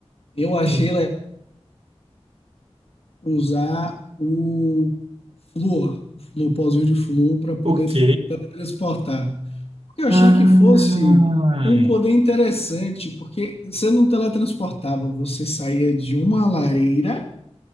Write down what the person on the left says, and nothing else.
eu achei
legal usar o flúor, o flú- pozinho de flúor, para poder
transportar. Porque eu achei
que fosse um poder interessante, porque você não teletransportava, você saía de uma lareira